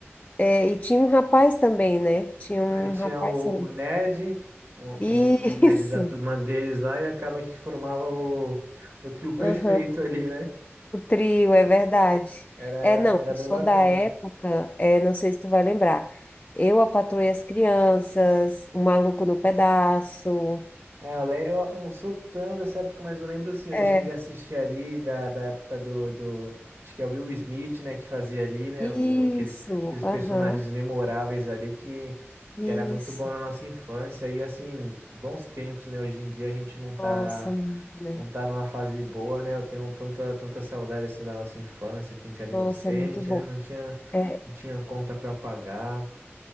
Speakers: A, on the left; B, on the right.
A: É, e tinha um rapaz também, né? Tinha um
B: Aí tinha
A: rapaz
B: o,
A: também.
B: o nerd, o, o
A: Isso,
B: o nerd da turma deles lá, e acaba que formava o, o trio perfeito
A: <laughs> aham.
B: ali, né?
A: O trio, é verdade.
B: Era,
A: É,
B: era,
A: não,
B: era
A: eu
B: bem
A: sou
B: bacana.
A: da época, é, não sei se tu vai lembrar. Eu, a Patroa as Crianças, O Maluco no Pedaço.
B: É, eu, lembro, eu não sou tão dessa época, mas eu lembro sim, eu
A: É,
B: já cheguei a assistir ali da, da época do, do. Acho que é o Will Smith, né, que fazia ali, né?
A: isso,
B: O, aqueles, aqueles
A: aham,
B: personagens memoráveis ali que,
A: isso.
B: que era muito bom na nossa infância. E assim, bons tempos, né? Hoje em dia a gente não tá.
A: Nossa, muito, né?
B: não tá numa fase boa, né? Eu tenho tanta, tanta saudade assim da nossa infância, que a gente era inocente,
A: Nossa, é muito bom.
B: né? Não tinha,
A: É,
B: não tinha conta para pagar.